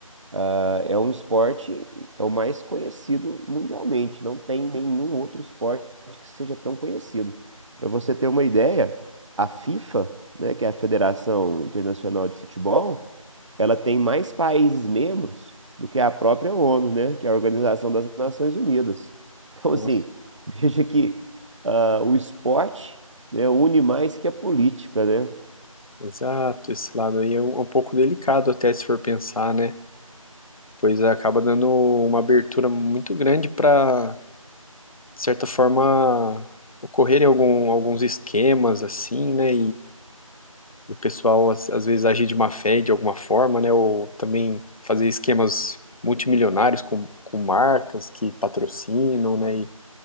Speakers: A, on the right; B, on the left.
A: ah, é um esporte, é o mais conhecido mundialmente. Não tem nenhum outro esporte que seja tão conhecido. Para você ter uma ideia, a FIFA, né, que é a Federação Internacional de Futebol, ela tem mais países membros do que a própria ONU, né? Que é a Organização das Nações Unidas. Então,
B: Nossa.
A: assim, <laughs> veja que ah, o esporte, né, une mais que a política, né?
B: Exato, esse lado aí é um, é um pouco delicado até se for pensar, né? Pois acaba dando uma abertura muito grande para, de certa forma, ocorrerem algum, alguns esquemas assim, né? E o pessoal, às, às vezes, agir de má fé de alguma forma, né? Ou também fazer esquemas multimilionários com, com marcas que patrocinam, né? E,